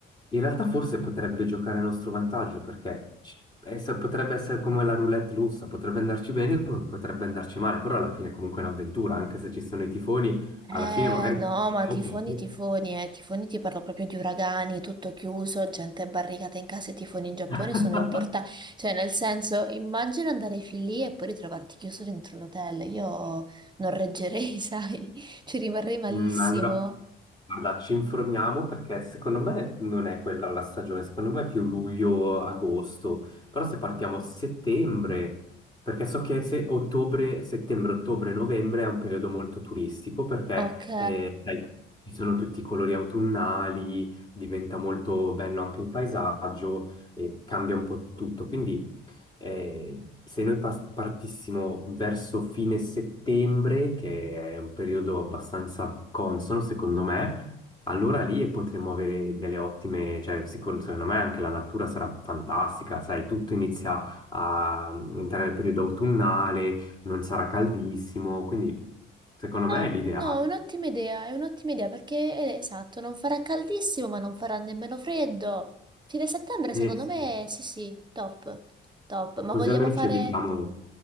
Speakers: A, on the left (about 20°); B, on the right (about 20°).
A: in realtà forse potrebbe giocare a nostro vantaggio perché ci- essa- potrebbe essere come la roulette russa, potrebbe andarci bene come potrebbe andarci male, però alla fine è comunque un'avventura, anche se ci sono i tifoni, alla
B: Eh
A: fine magari
B: no,
A: abbiamo
B: ma tifoni,
A: poco.
B: tifoni, eh, tifoni ti parlo proprio di uragani, tutto chiuso, gente barricata in casa, i tifoni in Giappone
A: <laughs>
B: sono importanti, cioè nel senso, immagino andare fin lì e poi ritrovarti chiuso dentro l'hotel, io non reggerei, <laughs> sai, ci rimarrei malissimo.
A: Mm, allora. Guarda, ci informiamo perché secondo me non è quella la stagione, secondo me è più luglio-agosto, però se partiamo a settembre, perché so che se ottobre, settembre, ottobre, novembre è un periodo molto turistico perché
B: Ok.
A: eh, sai, ci sono tutti i colori autunnali, diventa molto bello anche il paesaggio e cambia un po' tutto, quindi eh, se noi pas- partissimo verso fine settembre, che è un periodo abbastanza consono, secondo me, allora lì potremmo avere delle ottime, cioè sicuro, secondo me anche la natura sarà fantastica, sai, tutto inizia a entrare nel periodo autunnale, non sarà caldissimo, quindi secondo
B: No,
A: me è l'ideale.
B: no, è un'ottima idea, è un'ottima idea perché è esatto, non farà caldissimo ma non farà nemmeno freddo. Fine settembre
A: Eh
B: secondo
A: sì,
B: me sì sì, top, top, ma
A: così
B: vogliamo
A: almeno
B: fare...
A: ci evitiamo